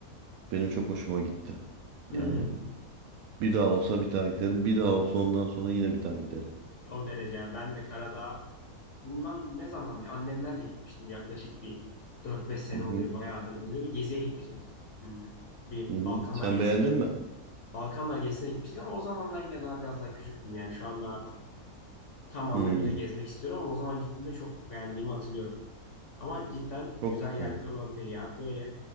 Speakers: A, on the right; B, on the left.
A: Benim çok hoşuma gitti.
B: Hı
A: Yani
B: hı.
A: bir daha olsa bir daha giderim. Bir daha olsa ondan sonra yine bir daha giderim.
B: O derece. Ben de Karadağ bundan ne zaman annemlerle gitmiştim. Yaklaşık bir dört beş sene
A: Hı hı,
B: oluyor. Bayağı da oluyor. Bir geziye gitmiştik. Hmm, Bir
A: hı hı.
B: Balkanlar
A: Sen
B: gezisine
A: beğendin mi?
B: Balkanlar gezisine gitmiştik ama o zamanlar yine daha biraz daha küçüktüm. Yani şu anda artık tam anlamıyla
A: Hı,
B: gezmek istiyorum ama o zaman gittiğimde çok beğendiğimi hatırlıyorum. Ama cidden
A: çok
B: güzel
A: güzel.
B: yerler olabilir ya. Böyle